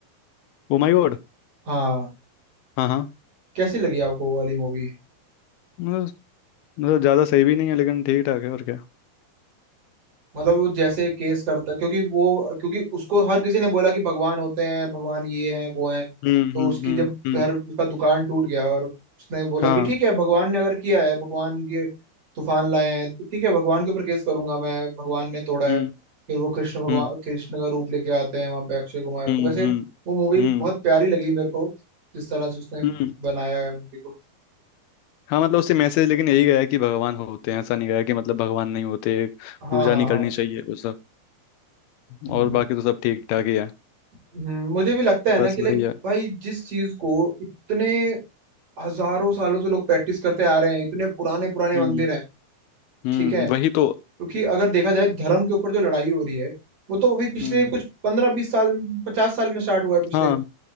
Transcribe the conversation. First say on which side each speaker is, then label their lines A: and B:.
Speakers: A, on the left (about 80°); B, on the right (about 40°).
A: Oh my God
B: हाँ
A: हाँ हाँ
B: कैसी लगी आपको वो वाली मूवी
A: मतलब मतलब ज्यादा सही भी नहीं है लेकिन ठीक ठाक है और क्या
B: मतलब वो जैसे केस करता क्योंकि वो क्योंकि उसको हर किसी ने बोला कि भगवान होते हैं भगवान ये हैं वो हैं
A: हम्म
B: तो
A: हम्म
B: उसकी
A: हम्म
B: जब
A: हम्म
B: घर उसका दुकान टूट गया और उसने बोला
A: हाँ
B: कि ठीक है भगवान ने अगर किया है भगवान के तूफान लाए हैं तो ठीक है भगवान के ऊपर केस करूंगा मैं भगवान ने तोड़ा
A: हम्म
B: है फिर वो कृष्ण भगवान
A: हम्म
B: कृष्ण का रूप लेके आते हैं वहां पे अक्षय कुमार
A: हम्म
B: तो वैसे
A: हम्म
B: वो मूवी
A: हम्म
B: बहुत प्यारी लगी मेरे को जिस तरह से उसने
A: हम्म।
B: बनाया है मूवी को
A: हाँ मतलब उससे मैसेज लेकिन यही गया है कि भगवान होते हैं ऐसा नहीं गया कि मतलब भगवान नहीं होते
B: हाँ
A: पूजा
B: हाँ हाँ
A: नहीं
B: हाँ।
A: करनी चाहिए वो सब
B: हम्म,
A: और बाकी तो सब ठीक ठाक ही है
B: हम्म, मुझे भी लगता है ना
A: बस
B: कि लाइक
A: वही है
B: भाई जिस चीज को इतने हजारों सालों से लोग प्रैक्टिस करते आ रहे हैं इतने पुराने पुराने
A: हम्म
B: मंदिर हैं
A: हम्म
B: ठीक है
A: वही तो
B: क्योंकि अगर देखा जाए धर्म के ऊपर जो लड़ाई हो रही है वो तो अभी पिछले
A: हम्म
B: कुछ पंद्रह बीस साल पचास साल में स्टार्ट हुआ है पिछले
A: हाँ